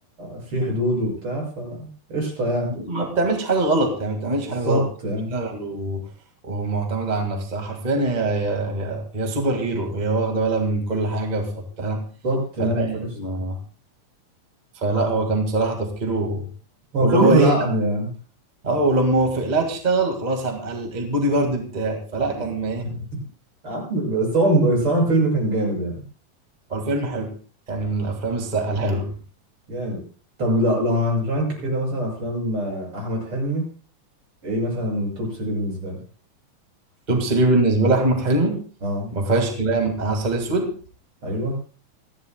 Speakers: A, on the right (about 40°); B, on the right (about 20°).
A: في حدود وبتاع فقشطه يعني
B: ما بتعملش حاجة غلط يعني ما بتعملش
A: بالظبط
B: حاجة غلط
A: يعني
B: بتشتغل و... ومعتمدة على نفسها حرفيا هي هي هي, هي سوبر هيرو هي واخدة بالها من كل حاجة فبتاع
A: بالظبط
B: فلا
A: يعني
B: يعني
A: فقشطه
B: ما... فلا هو كان بصراحة تفكيره
A: هو
B: واللي
A: كله
B: هو
A: بالعقل
B: ايه
A: يعني
B: اه ولما وافق لها تشتغل خلاص هبقى ال- البودي جارد بتاعك فلا
A: بز-
B: كان ما ايه
A: عم- بس هو صراحه الفيلم كان جامد يعني
B: هو الفيلم حلو يعني من الافلام السقالها له
A: جامد طب لو لو هنرانك كده مثلا افلام آه، احمد حلمي ايه مثلا توب 3 بالنسبه لك
B: توب 3 بالنسبة لأحمد حلمي
A: اه
B: ما فيهاش كلام عسل اسود
A: ايوه